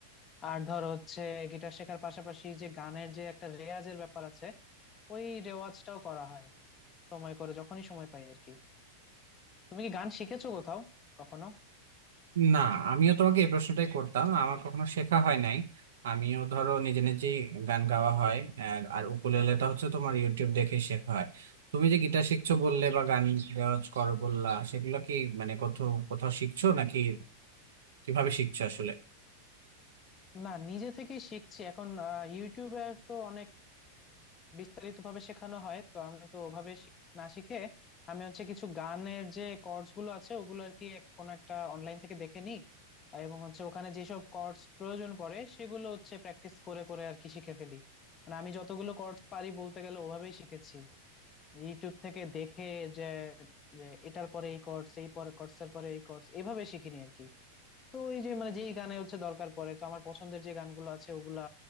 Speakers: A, on the left; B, on the right.
A: আর ধর হচ্ছে গিটার শেখার পাশাপাশি যে গানের যে একটা রেওয়াজের ব্যাপার আছে ওই রেওয়াজটাও করা হয় সময় করে যখনই সময় পাই আর কি তুমি কি গান শিখেছো কোথাও কখনো
B: না আমিও তোমাকে এই প্রশ্নটাই করতাম আমার কখনো শেখা হয় নাই আমিও ধরো নিজে নিজে গান গাওয়া হয় আর আর উকুলেলেটা হচ্ছে তোমার ইউটিউব দেখে শেখা হয় তুমি যে গিটার শিখছো বললে বা গান রেওয়াজ করো বললা সেগুলো কি মানে কোথাও কোথাও শিখছো নাকি কিভাবে শিখছো আসলে
A: না নিজে থেকেই শিখছি এখন আহ, ইউটিউবে আর তো অনেক বিস্তারিত ভাবে শেখানো হয় তো আমি তো ওভাবে শি- না শিখে আমি হচ্ছে কিছু গানের যে কর্ডস গুলো আছে ওগুলো আর কি এক- কোনো একটা অনলাইন থেকে দেখে নিই আর এবং হচ্ছে ওখানে যেসব কর্ডস প্রয়োজন পড়ে সেগুলো হচ্ছে প্র্যাকটিস করে করে আর কি শিখে ফেলি মানে আমি যতগুলো কর্ডস পারি বলতে গেলে ওভাবেই শিখেছি ইউটিউব থেকে দেখে যে যে এটার পরে এই কর্ডস এই পরে কর্ডস এর পরে এই কর্ডস এভাবে শিখিনি আর কি তো এই যে মানে যেই গানে হচ্ছে দরকার পড়ে তো আমার পছন্দের যে গানগুলো আছে ওগুলা